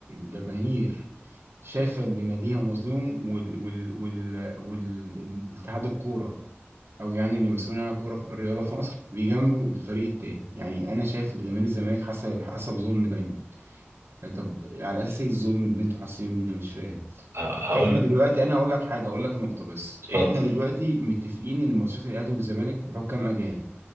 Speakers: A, on the right (about 65°); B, on the right (about 80°).
A: جماهير شايفه ان ناديها مظلوم وال وال وال والاتحاد الكوره او يعني اللي مسؤولين عن الكوره في الرياضه في مصر بيجاملوا الفريق التاني يعني انا شايف ان جماهير الزمالك حاسه حاسه بظلم دايما طب على اساس ايه الظلم اللي انتوا حاسين بيه ده مش فاهم
B: ه- هقول
A: احنا
B: لك
A: دلوقتي انا هقول لك حاجه هقول لك نقطه بس
B: اتفضل
A: احنا دلوقتي متفقين ان ماتشات الاهلي والزمالك بحكام اجانب